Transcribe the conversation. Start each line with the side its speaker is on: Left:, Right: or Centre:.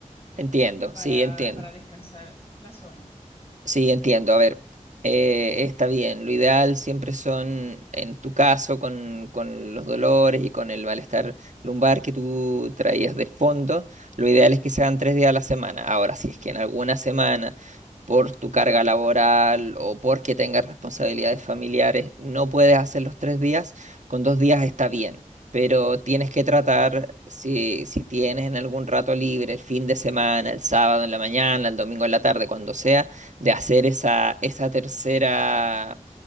Right: entiendo,
Left: para,
Right: sí, entiendo.
Left: para descansar la zona.
Right: Sí, entiendo. A ver, eh, está bien. Lo ideal siempre son, en tu caso, con, con los dolores y con el malestar lumbar que tú traías de fondo, lo ideal es que sean tres días a la semana. Ahora, si es que en alguna semana, por tu carga laboral o porque tengas responsabilidades familiares, no puedes hacer los tres días, con dos días está bien. Pero tienes que tratar, si, si tienes en algún rato libre, el fin de semana, el sábado en la mañana, el domingo en la tarde, cuando sea de hacer esa, esa tercera